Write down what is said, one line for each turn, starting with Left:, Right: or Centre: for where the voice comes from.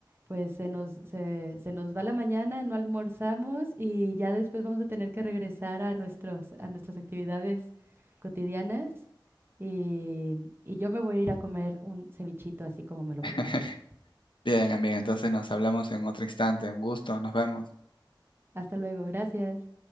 Right: pues se nos, se, se nos va la mañana, no almorzamos y ya después vamos a tener que regresar a nuestros, a nuestras actividades cotidianas. Y, y yo me voy a ir a comer un cevichito así como me lo
Left: <laughs>
Right: propusiste.
Left: Bien, amiga, entonces nos hablamos en otro instante. Un gusto, nos vemos.
Right: Hasta luego, gracias.